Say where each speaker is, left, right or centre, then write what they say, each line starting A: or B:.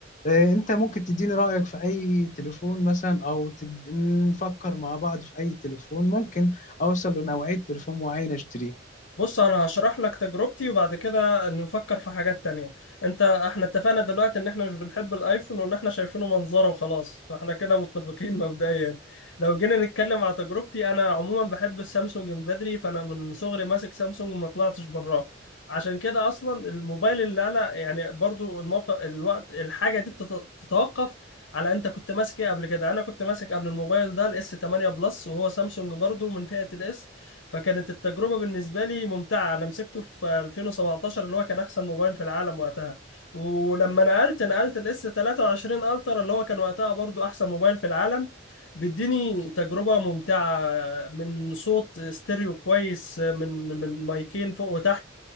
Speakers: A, on the left; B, on the left.
A: آه، انت ممكن تديني رأيك في اي تليفون مثلا او تد... نفكر مع بعض في اي تليفون ممكن اوصل لنوعية تليفون معين اشتريه
B: بص انا هشرح لك تجربتي وبعد كده نفكر في حاجات تانية انت احنا اتفقنا دلوقتي ان احنا مش بنحب الايفون وان احنا شايفينه منظره وخلاص فاحنا كده متفقين مبدئيا لو جينا نتكلم على تجربتي انا عموما بحب السامسونج من بدري فانا من صغري ماسك سامسونج وما طلعتش براه عشان كده اصلا الموبايل اللي انا يعني برضو الموقع الوقت الحاجة دي بتت- بتتوقف على انت كنت ماسك ايه قبل كده انا كنت ماسك قبل الموبايل ده الاس 8 بلس وهو سامسونج برضو من فئة الاس فكانت التجربة بالنسبة لي ممتعة أنا مسكته في 2017 اللي هو كان أحسن موبايل في العالم وقتها ولما نقلت نقلت الاس 23 الترا اللي هو كان وقتها برضو أحسن موبايل في العالم بيديني تجربة ممتعة من صوت ستيريو كويس من من مايكين فوق وتحت